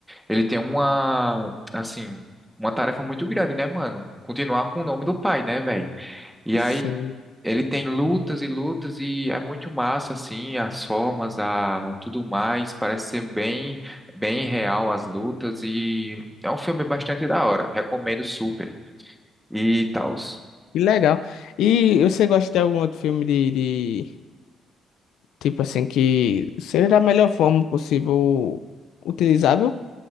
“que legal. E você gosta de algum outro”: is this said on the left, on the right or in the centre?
Left